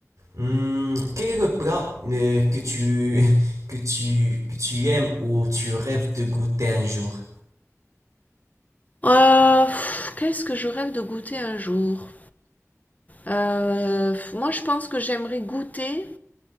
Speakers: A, on the right; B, on the left.
A: hum, quel est le plat euh, que tu, <laughs> que tu, que tu aimes ou tu rêves de goûter un jour?
B: Euh, pff, qu'est-ce que je rêve de goûter un jour? Euh, pff, moi, je pense que j'aimerais goûter